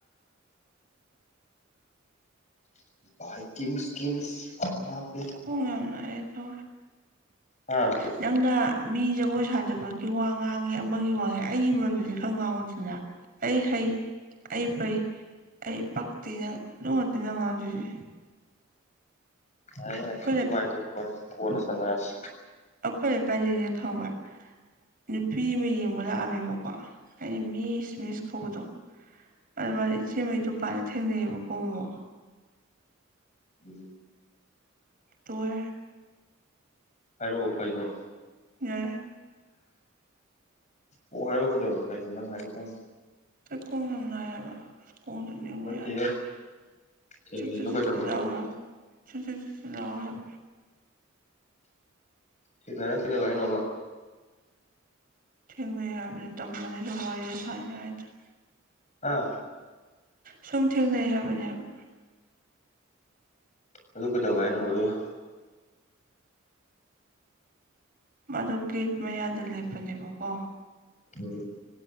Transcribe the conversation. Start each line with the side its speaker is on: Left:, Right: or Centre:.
Left: ꯏꯁꯁ ꯑ
Right: ꯀꯨꯡ ꯌꯥꯝꯦꯝꯅ ꯑꯦꯁꯨ
Left: ꯑꯥ
Right: ꯅꯪꯅ ꯃꯤ ꯖꯒꯣꯏ ꯁꯥꯗꯕꯒꯤ ꯋꯥ ꯉꯥꯡꯉꯦ ꯑꯃꯒꯤ ꯋꯥꯉꯦ ꯑꯩꯒꯤ ꯃꯔꯝꯗꯨꯗꯤ ꯈꯔ ꯉꯥꯡꯉꯗꯅ ꯑꯩ ꯐ ꯑꯩ ꯐꯩ ꯑꯩ ꯄꯛꯇꯤ ꯅꯪ ꯑꯗꯨ ꯉꯛꯇ ꯅꯪ ꯉꯥꯡꯗꯣꯏꯁꯦ
Left: ꯌꯥꯏ ꯌꯥꯏꯗꯨ
Right: ꯑꯩꯈꯣꯏ
Left: ꯍꯥꯏꯏꯗꯨ ꯀꯣꯟꯅ ꯀꯣꯟꯅ ꯁꯥꯟꯅꯔꯁꯤ
Right: ꯑꯩꯈꯣꯏ ꯀꯥꯏꯗꯁꯦ ꯈꯪꯕ ꯅꯨꯄꯤ ꯑꯃ ꯌꯦꯡꯕ ꯂꯥꯛꯑꯃꯦꯕꯀꯣ ꯑꯩ ꯃꯤꯁ ꯃꯤꯁ ꯀꯧꯕꯗꯣ ꯑꯗꯨ ꯃꯥ ꯏꯆꯦꯈꯩ ꯗꯨꯀꯥꯟꯗ ꯊꯦꯡꯅꯩꯑꯕꯀꯣ ꯃꯃꯣ
Left: ꯎꯝ
Right: ꯇꯣꯏ
Left: ꯑꯔꯣ ꯐꯣꯏꯅꯣ
Right: ꯌꯥ
Left: ꯑꯣ ꯍꯥꯏꯔꯨ ꯈꯗꯧ ꯀ ꯅꯪ ꯍꯥꯏꯌ
Right: ꯀꯣꯡ ꯌꯥꯝ ꯅꯥꯏꯑꯕ ꯀꯨꯝꯗꯅꯤꯕ
Left: ꯅꯠꯇꯦꯍꯦ
Right: ꯌꯥꯗ
Left: ꯊꯦꯡꯅꯩꯗꯣ
Right: ꯆꯤꯠꯇ ꯆꯤꯠꯇꯇ
Left: ꯀꯩꯗꯧꯔꯒꯦꯕ
Right: ꯌꯥꯉ ꯁꯁꯤ ꯊꯁꯤ ꯂ ꯍꯥꯏ
Left: ꯊꯅꯅ ꯐꯔꯦꯕ ꯏꯅꯣ
Right: ꯊꯦꯡꯅ ꯌꯥꯕꯅꯤ ꯇꯝꯕꯅꯤ ꯑꯗꯨꯣ ꯋꯥꯔꯤꯁꯦ ꯁꯥꯅꯤꯉꯥꯏꯗꯨꯅ
Left: ꯑꯥ
Right: ꯁꯨꯝ ꯊꯦꯡ ꯂꯩꯏ ꯍꯥꯏꯕꯅꯤ ꯍꯥꯏꯕ
Left: ꯑꯗꯨ ꯀꯩꯗꯧ ꯍꯥꯏꯅꯣ ꯑꯗꯨꯒ
Right: ꯃꯗ ꯒꯦꯠ ꯃꯌꯥꯗ ꯂꯦꯞꯄꯅꯦꯕꯀꯣ
Left: ꯎꯝ